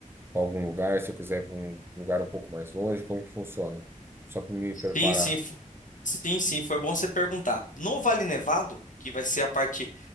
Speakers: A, on the right (about 15°); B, on the left (about 70°).
A: algum lugar, se eu quiser ir para um lugar um pouco mais longe, como que funciona? Só para me preparar.
B: Sim, sim, fo- sim, sim, foi bom você perguntar. No Vale Nevado, que vai ser a parte